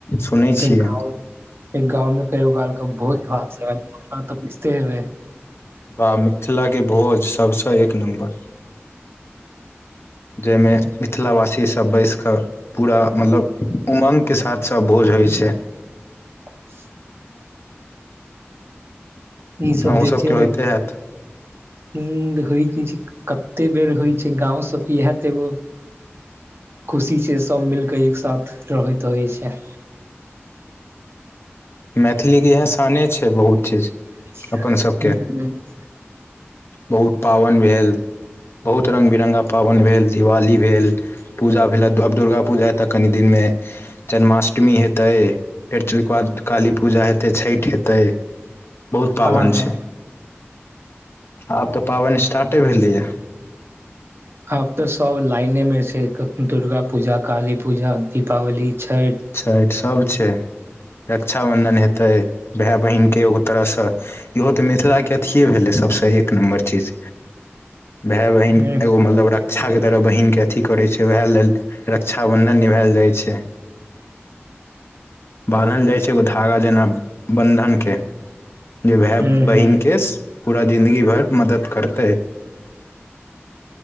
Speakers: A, on the left; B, on the right.
A: सुनै
B: अय
A: छियै
B: गांव अय गाँंव मे कहियो काल क भोज भात से तऽ बुछते हेबै
A: वाह मिथिलाके भोज सभस एक नम्बर जाहि मे मिथिलावासी सब बैस कऽ पूरा मतलब उमंग के साथ सब भोज होइ छै
B: <inaudible> ई सब
A: अहूँ
B: देखै
A: सबके होइते
B: मे
A: हैत
B: उं होइ कि छै कते बेर होइ छै गाँंव सबके इएह त एगो खुशी छै सभ मिल कऽ एकसाथ रहै तहै छै।
A: मैथिली के इएह शाने छै बहुत चीज।
B: ह
A: अपन सबके बहुत पाबनि भेल बहुत रङ्ग बिरङ्गा पाबनि भेल दिवाली भेल पूजा भेला आब दुर्गा पूजा ए तऽ कनि दिन मे जन्माष्टमी हेतै फेर ओई के बाद काली पूजा हेतै छठि हेतै। बहुत पाबनि
B: हँ हँ
A: छै। आब तऽ पाबनि स्टार्टे भेलैया।
B: आब तऽ सब लाइने मे छै दुर्गाापूजा काली पूजा दीपावली छठि।
A: छठि सभ छै रक्षाबन्धन हेतै भेऽय बहिन के एगो तरहसँ। इहो तऽ मिथिलाके अथिए भेलै सभसँ एक नम्बर चीज। भाय बहिन
B: ह
A: एगो मतलब र क्षा के तरह बहिनके अथी करै छै वएह लेल रक्षाबन्धन निभायल जाइ छै। बान्हल जाइ छै एगो धागा जेना बन्धनके जे भाय
B: ह
A: बहिन
B: ह
A: के पूरा जिन्दगी भर मदद करतै